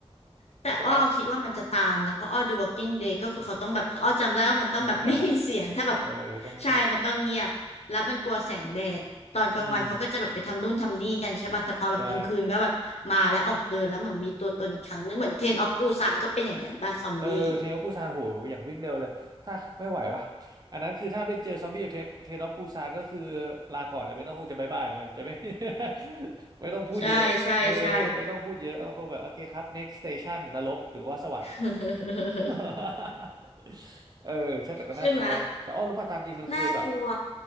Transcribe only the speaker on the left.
แต่อ้อคิดว่ามันจะตามนะเพราะอ้อดู
Walking Dead ก็คือเขาต้องแบบอ้อจำได้ว่ามันต้องแบบ
<laughs> ไม่มีเสียงถ้าแบบ
ใช่มันต้องเงียบแล้วมันกลัวแสงแดดตอนกลางวันเขาก็จะแบบไปทำนู่นทำนี่กันใช่ป่ะแต่พอแบบกลางคืนก็แบบมาแล้วออกเดินแล้วเหมือนมีตัวตนอีกครั้งนึงเหมือนเทรนออฟปูซานก็เป็นอย่างนั้นป่ะซอมบี้
ใช่ใช่ใช่
<laughs>
ใช่ไหมน่ากลัว